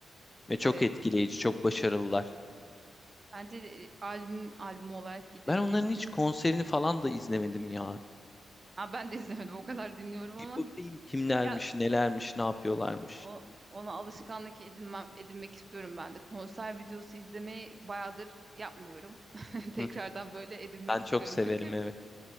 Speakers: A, on the left (about 20°); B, on the right (about 35°).
A: Ve çok
B: Evet.
A: etkileyici, çok başarılılar.
B: Bence de, e, albüm albüm olarak gidebilirsin.
A: Ben onların hiç konserini
B: Çok
A: falan da izlemedim ya.
B: Aa, ben de izlemedim. O kadar dinliyorum ama
A: Bir bakayım
B: hiç
A: kimlermiş,
B: ya
A: nelermiş, ne yapıyorlarmış.
B: o, ona alışkanlık edinmem, edinmek istiyorum ben de. Konser videosu izlemeyi bayağıdır yapmıyorum. <laughs> Tekrardan
A: Hı hı.
B: böyle edinmek
A: Ben çok
B: istiyorum.
A: severim
B: Çünkü
A: evet.